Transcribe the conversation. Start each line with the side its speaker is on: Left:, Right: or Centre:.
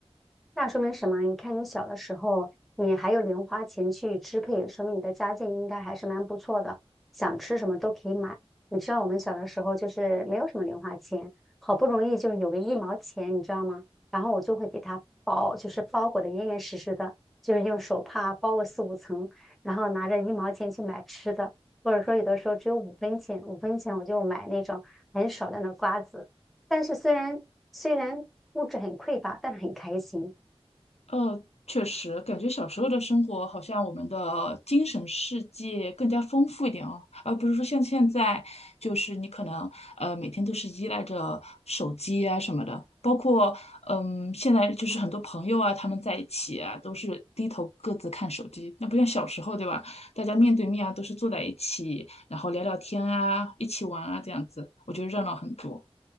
Centre: 那说明什么啊？你看你小的时候，你还有零花钱去支配，说明你的家境应该还是蛮不错的，想吃什么都可以买。你知道我们小的时候就是没有什么零花钱，好不容易就是有个一毛钱，你知道吗？然后我就会给它包，就是包裹的严严实实的，就是用手帕包个四五层，然后拿着一毛钱去买吃的，或者说有的时候只有五分钱，五分钱我就买那种很少量的瓜子。但是虽然虽然物质很匮乏，但是很开心。
Left: 呃，确实，感觉小时候的生活好像我们的精神世界更加丰富一点哦，而不是说像现在，就是你可能呃每天都是依赖着手机啊什么的，包括嗯现在就是很多朋友啊他们在一起啊都是低头各自看手机，那不像小时候对吧？大家面对面啊都是坐在一起，然后聊聊天啊，一起玩啊这样子，我觉得热闹很多